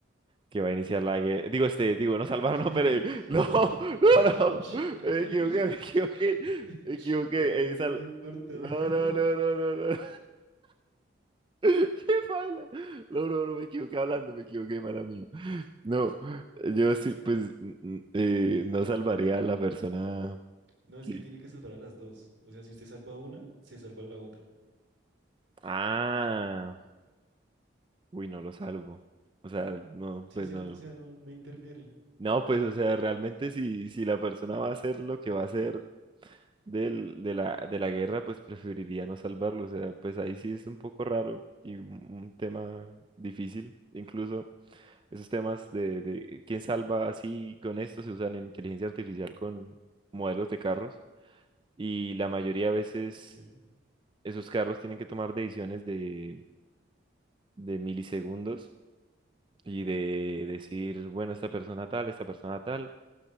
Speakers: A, on the right; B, on the right.
A: que va a iniciar la guerra. Digo, este, digo, no salvar,
B: ¿Qué?
A: no, pero.
B: <laughs>
A: <laughs> No,
B: Uy,
A: no,
B: uy,
A: no. Me
B: uy.
A: equivoqué, me equivoqué.
B: <laughs>
A: Me equivoqué.
B: El cáncer
A: eh, sal-
B: no importa. <laughs>
A: No, no, no, no, no, no. <laughs> ¿Qué baila? No, no, no, me equivoqué hablando, me equivoqué, mala mía. No, yo sí, pues, n- n- eh, no salvaría a la persona
B: No,
A: que-
B: es que tiene que salvar a las dos. O sea, si usted salva a una, se salva la otra.
A: Ah, uy, no lo salvo. O sea, no,
B: Sí,
A: pues
B: cierto,
A: no.
B: o sea, no, no interfiere.
A: No, pues, o sea, realmente si, si la persona va a hacer lo que va a hacer del- de la, de la guerra, pues preferiría no salvarlo. O sea, pues ahí sí es un poco raro y un, un tema difícil. Incluso esos temas de, de quién salva así con esto se usan en inteligencia artificial con modelos de carros y la mayoría de veces
B: Ok.
A: esos carros tienen que tomar decisiones de, de milisegundos y de decir, bueno, esta persona tal, esta persona tal.